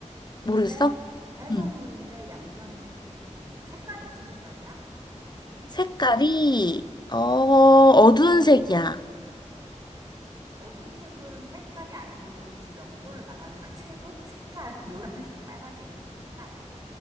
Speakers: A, on the right; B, on the left.
A: 근데
B: 모르겠어?
A: 해산물인데
B: 응.
A: 양념을 해서 익혀 먹는다. 색깔이 무슨 색깔이야? 힌트.
B: 색깔이, 어, 어두운 색이야.
A: 어두운 색은 색깔이 아니고 지금 명도를 말하는 건 채도? 색깔. <laughs> 노란색, 빨간색 이런 색깔.